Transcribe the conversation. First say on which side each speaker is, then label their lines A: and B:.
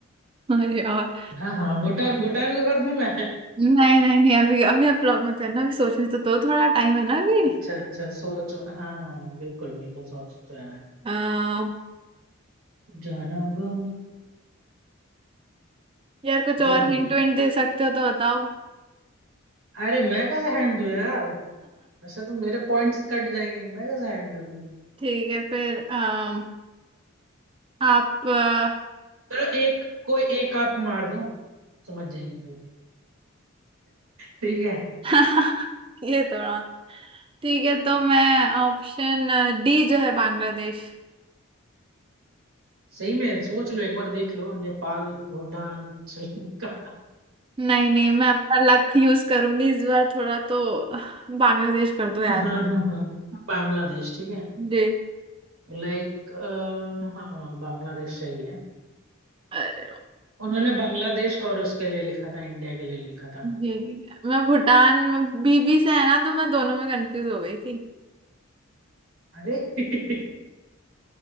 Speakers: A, on the right (about 25°); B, on the right (about 80°).
A: <laughs> अरे यार
B: हाँ हाँ भूटान भूटान को कर दूं मैं
A: नहीं नहीं नहीं अभी अभी आप लॉक मत करना अभी सोचने तो दो थोड़ा टाइम है ना अभी
B: अच्छा अच्छा सोचो हाँ हाँ बिल्कुल बिल्कुल सोचो यार
A: आ,
B: जाना गुनो
A: यार कुछ और
B: जल्दी
A: हिंट विंट दे सकते हो तो बताओ
B: अरे मैं कैसे हैंड दूं यार वैसे तो मेरे पॉइंट्स कट जाएंगे मैं कैसे हैंड दे दूं
A: ठीक है फिर अम, आप अ,
B: चलो एक कोई एक आप मार दो समझ जाएंगे फिर ठीक है
A: <laughs> ये तो रहा। ठीक है तो मैं ऑप्शन डी जो है बांग्लादेश
B: सही में सोच लो एक बार देख लो नेपाल भूटान <laughs> श्रीलंका
A: नहीं नहीं मैं अपना लक यूज करूंगी इस बार थोड़ा तो बांग्लादेश कर दो यार
B: हाँ हाँ हाँ बांग्लादेश ठीक है
A: जी
B: लाइक हाँ हाँ बांग्लादेश सही है
A: अरे
B: उन्होंने बांग्लादेश और उसके लिए लिखा था इंडिया के लिए लिखा था
A: जी जी मैं भूटान में बीबी से है ना तो मैं दोनों में कंफ्यूज हो गई थी
B: अरे <laughs>